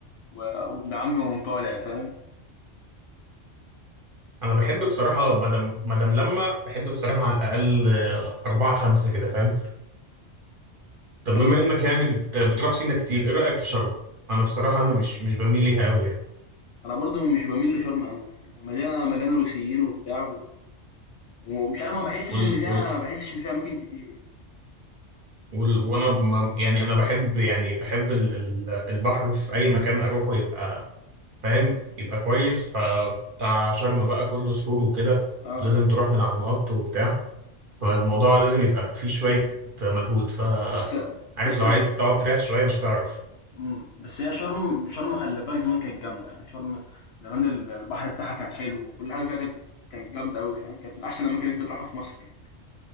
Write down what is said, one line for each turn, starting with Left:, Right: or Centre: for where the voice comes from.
Left: و وابن عمي ونقوم طالع فاهم،
Right: انا بحب بصراحة مدام مدام لما بحب بصراحة على الاقل آه، أربعة خمسة كده فاهم طب
Left: وال
Right: بما انك يعني بت... بتروح سينا كتير ايه رأيك في شرم انا بصراحة انا مش مش بميل ليها قوي يعني
Left: انا برضو مش بميل لشرم قوي مليانه مليانه روسيين وبتاع و... ومش عارف ما بحسش
Right: وال...
Left: ان فيها
Right: وال...
Left: ما بحسش ان فيها اماكن كتير يعني
Right: وال... وانا ما... يعني انا بحب يعني بحب ال... ال- البحر في اي مكان اروحه يبقى فاهم يبقى كويس فبتاع شرم بقى كله صخور وكده
Left: اه
Right: ولازم تروح من على المنط وبتاع فالموضوع لازم يبقى فيه شوية مجهود ف
Left: بس
Right: عارف
Left: بس
Right: لو عايز تقعد تريح شوية مش هتعرف
Left: مم. بس هي شرم شرم خلي بالك زمان كانت جامده يعني شرم زمان ال- البحر بتاعها كان حلو وكل حاجه فيها كانت كانت جامده قوي فاهم كانت من احسن الاماكن اللي انت تروحها في مصر يعني